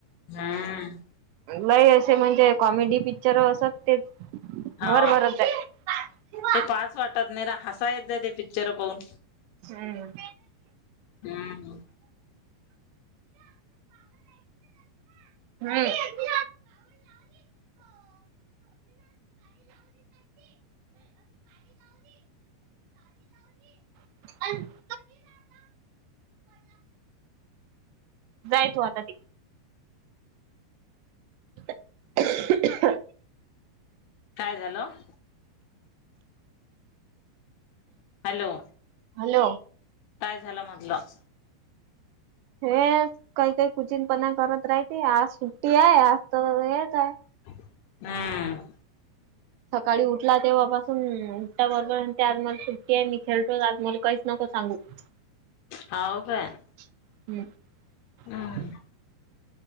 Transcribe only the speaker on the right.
नाही असे म्हणजे कॉमेडी पिक्चर असत तेच
घर भरत आहे. हम्म.
हम्म.
हम. <inaudible> जाय तू आता ते <inaudible>
हॅलो.
हे काही काही कुचिनपणा करत राहते आज सुट्टी आहे आज तर हेच आय
सकाळी उठला तेव्हापासून उठता बरोबर आणि ते आज मला सुट्टी आय मी खेळतो आज मला काहीच नको सांगू. <inaudible>
<inaudible>